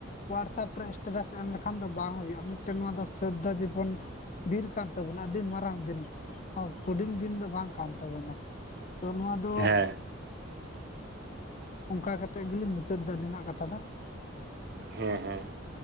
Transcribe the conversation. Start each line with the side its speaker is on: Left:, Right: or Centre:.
Left: ᱦᱳᱣᱟᱴᱥᱮᱯ ᱨᱮ ᱮᱥᱴᱮᱴᱟᱥ ᱮᱢ ᱞᱮᱠᱷᱟᱱ ᱫᱚ ᱵᱟᱝ ᱦᱩᱭᱩᱜᱼᱟ ᱢᱤᱫᱴᱮᱱ ᱱᱚᱣᱟ ᱫᱚ ᱥᱳᱫᱫᱷᱳ ᱡᱤᱵᱚᱱᱼᱼ ᱫᱤᱱ ᱠᱟᱱ ᱛᱟᱵᱚᱱᱟ, ᱟᱹᱰᱤ ᱢᱟᱨᱟᱝ ᱫᱤᱱ ᱾ ᱦᱩᱰᱤᱧ ᱫᱤᱱ ᱫᱚ ᱵᱟᱝ ᱠᱟᱱ ᱛᱟᱵᱚᱱᱟ ᱾ ᱛᱚ ᱱᱚᱣᱟ ᱫᱚ
Right: ᱦᱮᱸ
Left: ᱚᱝᱠᱟ ᱠᱟᱛᱮᱫ ᱜᱮᱞᱤᱧ ᱢᱩᱪᱟᱹᱫ ᱫᱟ ᱟᱹᱞᱤᱧᱟᱜ ᱠᱟᱛᱷᱟ ᱫᱚ ᱾
Right: ᱦᱮᱸ ᱦᱮᱸ ᱾